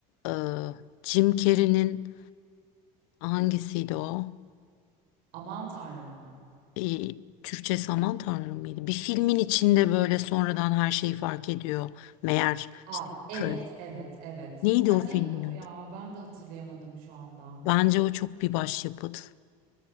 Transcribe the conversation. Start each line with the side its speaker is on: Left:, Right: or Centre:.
Left: e, Jim Carrey'nin hangisiydi o?
Right: Aman Tanrım mı?
Left: e, Türkçe Saman Tanrım mıydı? Bir filmin içinde böyle sonradan her şeyi fark ediyor. Meğer
Right: Ah,
Left: işte
Right: evet,
Left: karı.
Right: evet, evet.
Left: Neydi
Right: Ya
Left: o
Right: neydi
Left: filmin
Right: o
Left: adı?
Right: ya? <laughs> Ben de hatırlayamadım şu anda.
Left: Bence o çok bir başyapıt.